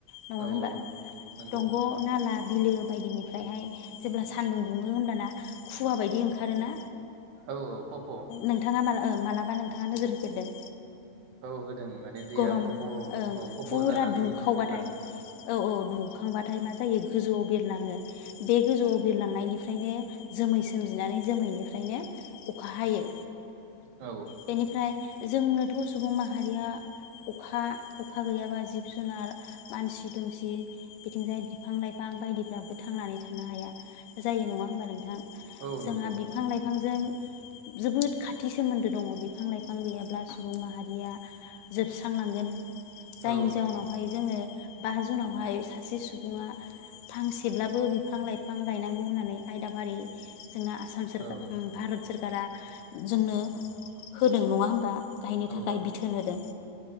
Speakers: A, on the left; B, on the right.
A: नङा
B: औ
A: होमबा
B: औ नंगौ
A: दंग' नाला बिलो बायदिनिफ्रायहाय जेब्ला सानदुं दुङो होमब्लाना खुवा बायदि ओंखारोना
B: औ औ। खफ'
A: नोंथाङा माला ओ मालाबा नोंथाङा नोजोर होफेरदों?
B: औ होदों। माने दैया
A: गरम
B: खफ'
A: ओं
B: औ खफ'
A: फुरा
B: जानानै
A: दुंखावबाथाय
B: बिरलाङो
A: औ औ दुंखांबाथाय मा जायो गोजौआव बिरलाङो बे गोजौआव बिरलांनायनि फ्रायनो जोमै सोमजि नानै जोमैनिफ्रायनो अखा हायो।
B: औ
A: बेनिफ्राय- जोंनोथ' सुबुं माहारिया अखा अखा गैयाबा जिब-जुनार, मानसि-दुमसि। बिथिंजाय बिफां-लाइफां बायदिफ्राबो थांनानै थानो हाया जायो नङा होमबा नोंथां
B: औ
A: जोंहा
B: नंगौ
A: बिफां लाइफांजों जोबोद खा थिं सोमो दों दङ बिफां-लाइफां गैयाब्ला सुबुं माहारिया जोबस्रांलांगोन जायनि
B: औ
A: जाउनावहाय जोङो बा जुनावहाय सासे सुबुङा फांसेब्लाबो बिफां-लाइफां गायनांगौ होननानै आयदाफारि जोंना आसाम सोरकार
B: औ
A: ओम भारत सोरकारा जोंनो। होदों नङा होमबा! गाहायनि
B: औ
A: थाखाय बिथोन होदों